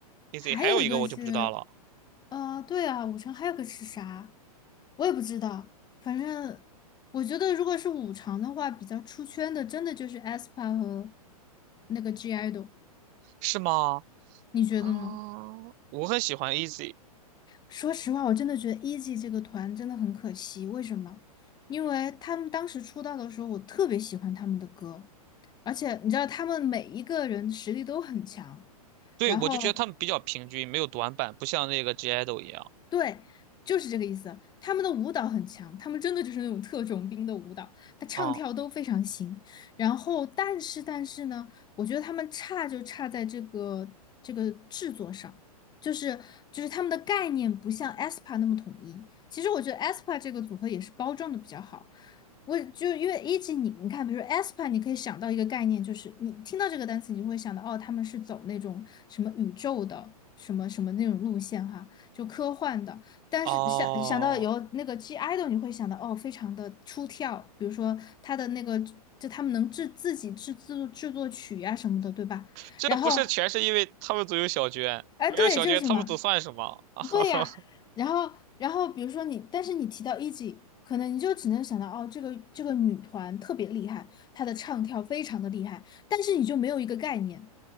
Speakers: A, on the right (about 40°); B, on the left (about 20°).
A: Easy，
B: 还有一个是，
A: 还有一个我就不知道了，
B: 呃，对啊，五常还有个是啥，我也不知道，反正我觉得如果是五常的话，比较出圈的，真的就是 a s p a 和那个 G Idol，
A: 是吗？
B: 你觉得呢？
A: 啊，我很喜欢 Easy，
B: 说实话，我真的觉得 Easy 这个团真的很可惜。为什么？因为他们当时出道的时候，我特别喜欢他们的歌，而且你知道，他们每一个人实力都很强。
A: 对，
B: 然后
A: 我就觉得他们比较平均，没有短板，不像那个 g idol 一样
B: 对，就是这个意思。他们的舞蹈很强，他们真的就是那种特种兵的舞蹈，他唱跳都非常行。
A: 啊，
B: 然后，但是但是呢，我觉得他们差就差在这个这个制作上，就是就是他们的概念不像 aespa 那么统一。其实我觉得 aespa 这个组合也是包装的比较好。我就因为一级你你看，比如说 aespa，你可以想到一个概念，就是你听到这个单词，你就会想到哦，他们是走那种什么宇宙的什么什么那种路线哈。就科幻的。但是想想到有那个
A: 哦。
B: G idol，你会想到哦，非常的出挑，比如说他的那个，就他们能制自己制制作制作曲呀、什么的，对吧？
A: 这不是全是因为他们组有小娟，
B: 然后哎，
A: 没了小娟，
B: 对，就是嘛。
A: 他们组算什么？<laughs>
B: 对呀，然后，然后比如说你，但是你提到 E.G，可能你就只能想到哦，这个这个女团特别厉害，她的唱跳非常的厉害，但是你就没有一个概念，